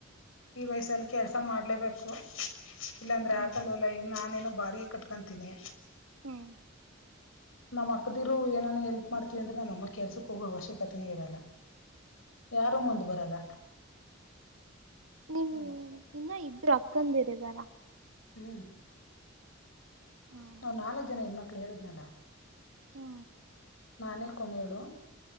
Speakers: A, on the left; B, on the right.
A: ಈ ವಯಸಲ್ಲಿ ಕೆಲ್ಸ ಮಾಡ್ಲೇಬೇಕು ಇಲ್ಲಾಂದರೆ
B: ಹ್ಮ್
A: ಆಕಲ್ವಲ್ಲ ಈಗ ನಾನೇನೋ ಬಾಡಿಗೆ ಕಟ್ಕೊತೀನಿ
B: ಹ್ಮ್
A: ನಮ್ಮ್ ಅಕ್ಕದಿರು ಏನಾನ ಎಲ್ಪ್ ಮಾಡ್ತಿವಿ ಅಂದ್ರೆ ನಮ್ಮ ಅಮ್ಮ ಕೆಲ್ಸಕ್ಕೆ ಹೋಗೋ ಅವಶ್ಯಕತೆನೇ ಇರಲ್ಲ ಯಾರು ಮುಂದು ಬರಲ್ಲ
B: ನಿಮ್
A: ನಮ್ಮಪ್ಪ
B: ಇನ್ನ ಇಬ್ರು ಅಕ್ಕಂದ ಇರಿದಾರ
A: ಹ್ಮ
B: ಹ್ಮ್
A: ನಾ ನಾಲ್ಕ್ ಜನ ಹೆಣ್ಮಕ್ಳು ಹೇಳುದ್ನಲ್ಲ
B: ಹ್ಮ
A: ನಾನೇ ಕೊನೇಳು